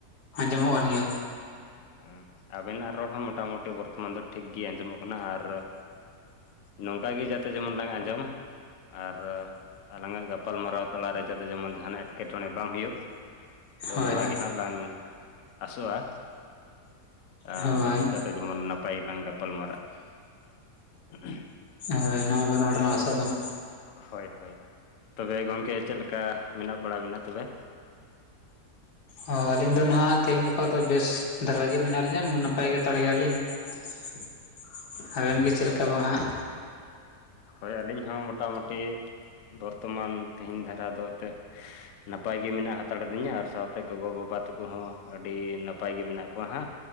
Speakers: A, on the left (about 85°); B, on the left (about 65°).
A: ᱟᱸᱡᱚᱢᱚᱜ ᱠᱟᱱ ᱜᱮᱭᱟ
B: ᱦᱮ ᱟᱵᱮᱱᱟᱜ ᱨᱚᱲ ᱦᱚᱸ ᱢᱟᱴᱟᱢᱩᱴᱤ ᱵᱚᱨᱛᱚᱢᱟᱱ ᱫᱚ ᱴᱷᱤᱠ ᱜᱮ ᱟᱸᱡᱚᱢᱚᱜ ᱠᱟᱱᱟ ᱟᱨ ᱱᱚᱝᱠᱟ ᱜᱮ ᱡᱟᱛᱮ ᱡᱮᱢᱚᱱ ᱞᱟᱝ ᱟᱸᱡᱚᱢ ᱟᱨ ᱟᱞᱟᱝᱟ ᱜᱟᱯᱟᱞ ᱢᱟᱨᱟᱨᱟᱣ ᱛᱟᱞᱟᱨᱮ ᱡᱟᱛᱮ ᱡᱮᱢᱚᱱ ᱡᱟᱦᱟᱱᱟᱜ ᱮᱴᱠᱮᱴᱚᱬᱮ ᱵᱟᱝ ᱦᱳᱭᱳᱜ ᱛᱚ
A: ᱦᱳᱭ
B: ᱱᱚᱣᱟ
A: ᱦᱳᱭ
B: ᱜᱮ ᱦᱟᱜᱽ ᱞᱟᱝ ᱟᱥᱚᱜ-ᱟ ᱟᱨ
A: ᱦᱳᱭ
B: ᱡᱚᱢ ᱡᱟᱛᱮ ᱡᱮᱢᱚᱱ ᱱᱟᱯᱟᱭ ᱞᱟᱝ ᱜᱟᱯᱟᱞᱢᱟᱨᱟᱜ-ᱟ ᱾ <unintelligible>
A: ᱦᱳᱭ ᱱᱚᱣᱟ ᱵᱟᱱᱟ ᱦᱚᱲ ᱞᱟᱝ ᱟᱥᱚᱜ ᱠᱟᱱ ᱾
B: ᱦᱳᱭ ᱦᱳᱭ ᱛᱚᱵᱮ ᱜᱚᱢᱠᱮ ᱪᱮᱫᱞ ᱞᱮᱠᱟ ᱢᱮᱱᱟᱜ ᱵᱟᱲᱟ ᱵᱤᱱᱟ ᱛᱚᱵᱮ?
A: ᱦᱚ ᱟᱹᱞᱤᱧ ᱫᱚ ᱱᱟᱦᱟᱜ ᱛᱮᱦᱮᱧ ᱜᱟᱯᱟ ᱫᱚ ᱵᱮᱥ ᱫᱷᱟᱨᱟ ᱜᱮ ᱢᱮᱱᱟᱜ ᱞᱤᱧᱟ ᱱᱟᱯᱟᱭ ᱜᱮ ᱦᱟᱛᱟᱲ ᱜᱮᱭᱟ ᱞᱤᱧ ᱾ ᱟᱵᱮᱱ ᱜᱮ ᱪᱮᱫᱞᱮᱠᱟ
B: ᱦᱳᱭ
A: ᱵᱟᱝ ᱦᱟᱜ?
B: ᱦᱳᱭ ᱟᱹᱞᱤᱧ ᱦᱚᱸ ᱢᱳᱴᱟᱢᱩᱴᱤ ᱵᱚᱨᱛᱚᱢᱟᱱ ᱛᱮᱦᱤᱧ ᱫᱷᱟᱨᱟ ᱫᱚ ᱛᱮᱫ ᱱᱟᱯᱟᱭ ᱜᱮ ᱢᱮᱱᱟᱜ ᱦᱟᱛᱟᱲ ᱟᱹᱫᱤᱧᱟ ᱟᱨ ᱥᱟᱶᱛᱮ ᱜᱚᱜᱚᱼᱵᱟᱵᱟ ᱛᱟᱠᱚ ᱦᱚᱸ ᱟᱹᱰᱤ ᱱᱟᱯᱟᱭ ᱜᱮ ᱢᱮᱱᱟᱜ ᱠᱚᱣᱟ ᱦᱟᱸᱜ